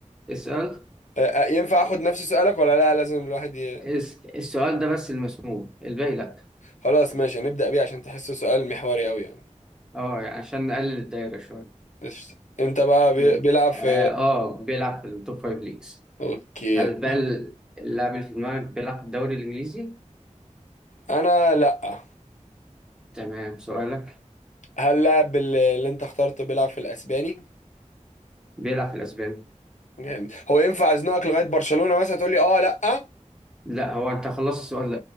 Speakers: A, in the centre; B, on the left.
A: اسأل
B: آه، أه، ينفع اخد نفس سؤالك ولا لا لازم الواحد ي...
A: اس... السؤال ده بس اللي مسموع الباقي لا
B: خلاص ماشي هنبدأ بيه عشان تحسه سؤال محوري قوي يعني
A: اه يعني عشان نقلل الدايرة شوية
B: قشطة انت بقى بي...
A: م-
B: بيلعب في
A: اه آه، بيلعب في التوب فايف ليجز
B: اوكي
A: هل
B: يا باشا.
A: بقى ال- اللاعب اللي في دماغك بيلعب في الدوري الانجليزي
B: انا لا
A: تمام سؤالك
B: هل لاعب بال- اللي انت اخترته بيلعب في الاسباني
A: بيلعب في الأسباني
B: جامد هو ينفع ازنقك لغاية برشلونة مثلا تقول لي اه لا
A: لا هو أنت خلصت السؤال